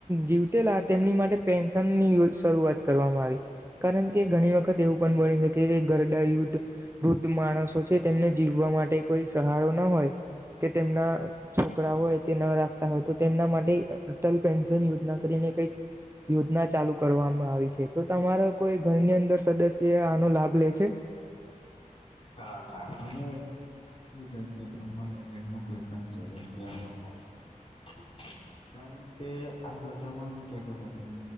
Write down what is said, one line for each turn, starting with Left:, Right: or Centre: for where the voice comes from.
Right: જીવતેલા તેમની માટે પેન્શનની શરૂઆત કરવામાં આવી કારણ કે ઘણી વખત એવું પણ બની શકે જે ગરડા યુદ્ધ વૃદ્ધ માણસો છે તેમને જીવવા માટે કોઈ સહારો ના હોય કે તેમના છોકરા હોય તે ન રાખતા હોય તો તેમના માટે અટલ પેન્શન યોજના કરીને કઈક યોજના ચાલુ કરવામાં આવી છે તો તમારા કોઈ ઘરની અંદર સદસ્ય આનો લાભ લે છે
Left: બરા શ થ છે કે અમારા એ ન કોઈ પણ સદસ્ય નથી કારણ કે આ બધામાં શું છે કે પછી